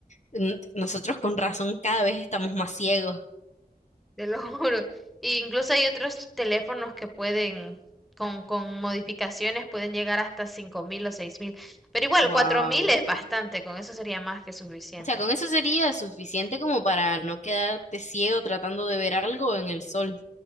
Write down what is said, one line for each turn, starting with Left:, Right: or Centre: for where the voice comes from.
Left: N- Nosotros con razón cada vez estamos más ciegos.
Centre: te lo <laughs> juro. E incluso hay otros teléfonos que pueden, con, con modificaciones, pueden llegar hasta 5000 o 6000. Pero igual,
Left: Wow.
Centre: 4000 es bastante, con eso sería más que suficiente.
Left: O sea, con eso sería suficiente como para no quedarte ciego tratando de ver algo en el sol.